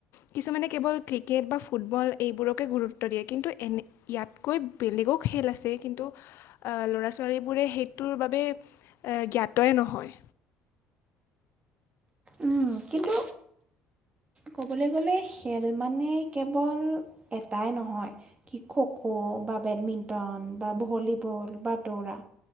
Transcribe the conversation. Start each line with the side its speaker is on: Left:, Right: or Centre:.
Left: কিছুমানে কেৱল ক্ৰিকেট বা ফুটবল এইবোৰকে গুৰুত্ব দিয়ে কিন্তু। এনে ইয়াতকৈ বেলেগো খেল আছে কিন্তু ল'ৰা ছোৱালীবোৰে সেইটোৰ বাবে জ্ঞাতই নহয়।
Right: উম, কিন্তু ক'বলৈ গ'লে খেল মানে কেৱল এটাই নহয় কৃষক খ খ' বা বেডমিণ্টন বা ভলীবল বা দৌৰা